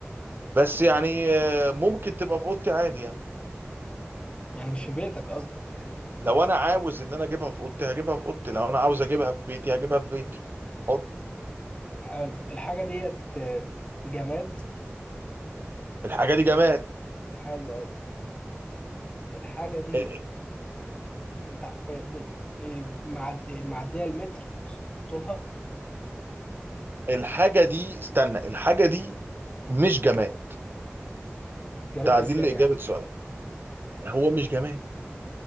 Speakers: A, on the right; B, on the left.
A: بس يعني آه، ممكن تبقى في اوضتي عادي يعني
B: يعني مش في بيتك قصدك يعني
A: لو انا عاوز ان انا اجيبها في اوضتي هجيبها في اوضتي لو انا عاوز اجيبها في بيتي هجيبها في بيتي حر
B: حلو الحاجة ديت آه، جماد
A: الحاجه دي جماد
B: حلو أوي الحاجة دي
A: آه،
B: بتاع آه، ب- آه، معد- آه، معدية المتر طولها
A: آه، الحاجه دي استنى الحاجه دي مش جماد
B: جماد
A: تعديل
B: ازاي
A: لاجابه
B: يعني
A: سؤال هو مش جماد